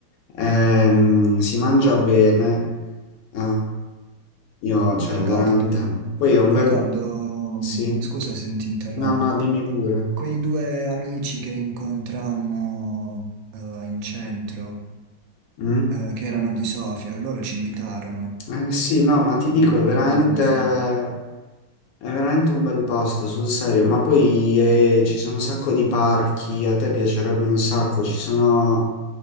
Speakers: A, on the left; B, on the right.
A: Ehm, si mangia bene, eh, io, cioè
B: Ricordo,
A: veramente. Poi è un
B: ricordo,
A: bel... Sì?
B: mh, scusa se ti interrompo,
A: No, no, dimmi pure.
B: quei due amici che incontrammo eh, in centro,
A: Mm?
B: eh, che erano di Sofia, loro ci invitarono
A: Eh, sì, no, ma ti dico,
B: mm,
A: è veramente,
B: un po' di anni fa.
A: è veramente un bel posto, sul serio. Ma poi eh, ci sono un sacco di parchi, a te piacerebbe un sacco, ci sono,